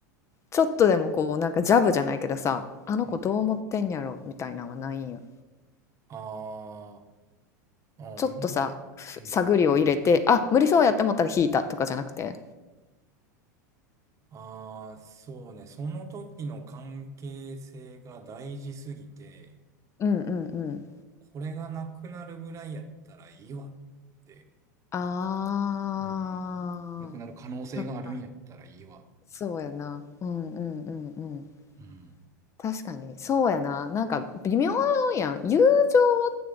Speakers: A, on the left; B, on the right.
A: ちょっとでもこう、なんかジャブじゃないけどさ、あの子どう思ってんやろ、
B: うん
A: みたいなのはないんや。
B: ああ、うん。
A: ちょっとさ、ふ探りを入れて、
B: うん。
A: あ、無理そうやって思ったら引いたとかじゃなくて。
B: ああ、そうね。その時の関係性が大事すぎて、
A: うんうんうん。
B: これがなくなるぐらいやったらいいわって
A: ああ、
B: うん。なくなる可能性があるんやったらいいわ。
A: そっか。そうやな。うんうんうんうん。
B: うん。
A: 確かに、そうやな。なんか微妙やん。友情っ